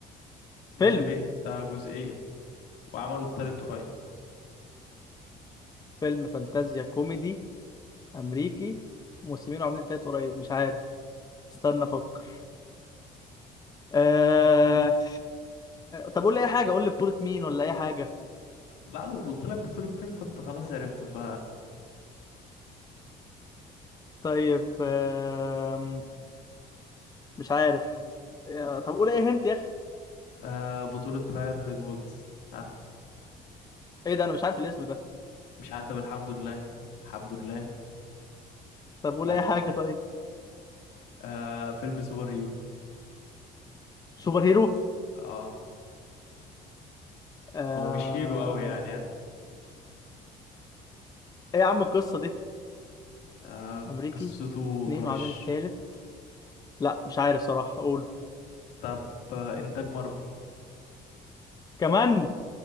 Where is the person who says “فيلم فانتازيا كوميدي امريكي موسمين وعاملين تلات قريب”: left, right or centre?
Left